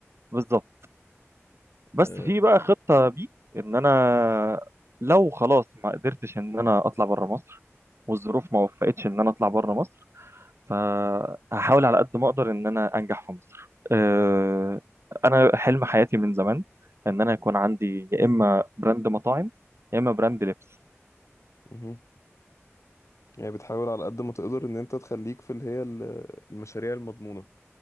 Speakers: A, on the right; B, on the left.
A: بالظبط بس
B: أه.
A: في بقى خطة بي ان انا لو خلاص ما قدرتش ان انا اطلع بره مصر والظروف ما وفقتش ان انا اطلع بره مصر فهحاول على قد ما اقدر ان انا انجح في مصر آه، انا حلم حياتي من زمان ان انا يكون عندي يا اما براند مطاعم يا اما براند لبس
B: مهم. يعني بتحاول على قد ما تقدر ان انت تخليك في اللي هي ال- المشاريع المضمونة